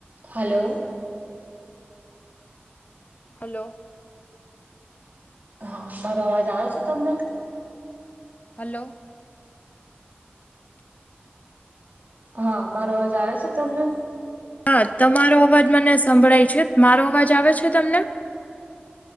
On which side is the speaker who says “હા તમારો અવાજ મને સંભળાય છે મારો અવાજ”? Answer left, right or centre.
Left